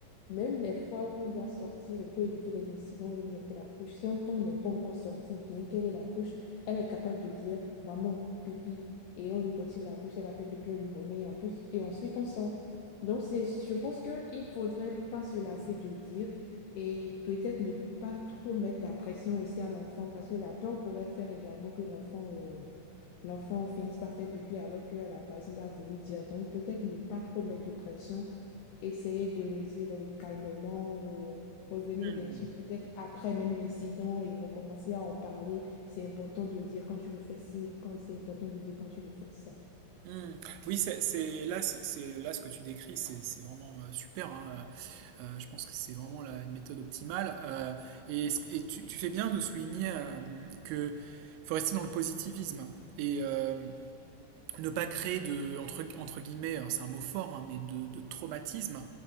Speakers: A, on the left; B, on the right.
A: même les fois où on doit sortir et pour éviter les incidents, on lui mettait la couche. Si on on n'est pas encore sorti, bien qu'elle ait la couche, elle est capable de dire maman, pipi, et on lui retire la couche, elle va faire pipi, on lui remet et en plus, et ensuite on sort. Donc c'est, je pense qu'il ne faudrait pas se lasser de dire et peut-être ne pas trop mettre la pression aussi à l'enfant parce que la peur pourrait faire également que l'enfant euh, l'enfant finisse par faire pipi alors qu'à la base il a voulu dire. Donc peut-être ne pas trop mettre de pression essayer de le dire euh, calmement ou revenir
B: Hmm.
A: dessus peut-être après même l'incident et recommencer à en parler. C'est important de dire quand tu veux faire ci, quand c'est important de dire quand tu veux faire ça.
B: Hmm. Oui, c'est c'est- là, c'est c'est- là ce que tu décris, c'est c'est vraiment euh, super. hein. Euh, euh, je pense que c'est vraiment la, une méthode optimale. Euh, et ce- et tu, tu fais bien de souligner euh, que faut rester dans le positivisme et euh, ne pas créer de entre, entre guillemets, alors c'est un mot fort, hein, mais de, de traumatisme.